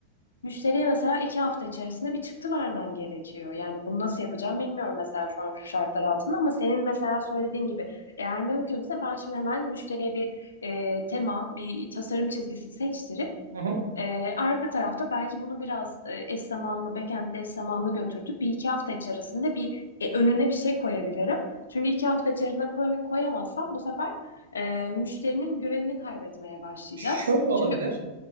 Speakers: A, on the left (about 70°); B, on the right (about 70°).
A: müşteriye mesela iki hafta içerisinde bir çıktı vermem gerekiyor. Yani bunu nasıl yapacağım bilmiyorum mesela şu an şu şartlar altında ama senin mesela söylediğin gibi eğer mümkünse ben şimdi hemen müşteriye bir e, tema, bir tasarım çizgisi seçtirip
B: Hı hı.
A: ee, arka tarafta belki bunu biraz e, eş zamanlı, backend'de eş zamanlı götürdük. Bir iki hafta içerisinde bir e, önüne bir şey koyabilirim. Çünkü iki hafta içerisinde koy- koyamazsam bu sefer e, müşterinin güvenini kaybetmeye başlayacağız.
B: Şöyle olabilir.
A: Çünkü